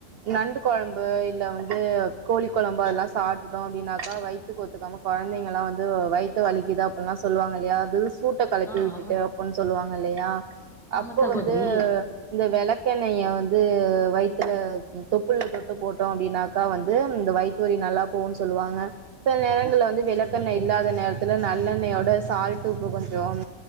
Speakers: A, on the right (about 60°); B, in the centre.
A: நண்டு கொழம்பு இல்ல வந்து கோழி கொழம்பு அதுல்லா சாப்டுட்டோ அப்டின்னாக்கா வயித்துக்கு ஒத்துக்காம கொழந்தைங்கலா வந்து வயித்து வலிக்குது அப்பில்லா சொல்வாங்கல்லியா அது பூட்ட கலத்து
B: ஆ
A: விட்டுட்டு
B: ஆமா
A: அப்புன் சொ ல்லுவாங்கல்லயா
B: ஆமா
A: அப்போ
B: சகோதரி
A: வந்து இந்த வெளக்கெண்ணய வந்து வயித்துல தொப்புள்ல தொட்டு போட்டோ‌ அப்டின்னாக்கா வந்து இந்த வயித்து வலி நல்லா போவுன் சொல்வாங்க சில நேரங்கள்ல வந்து
B: செரிங்க
A: விளக்கெண்ண
B: செரி
A: இல்லாத நேரத்துல ந ல்லெண்ணயோட ஸால்டு உப்பு கொஞ்சொம்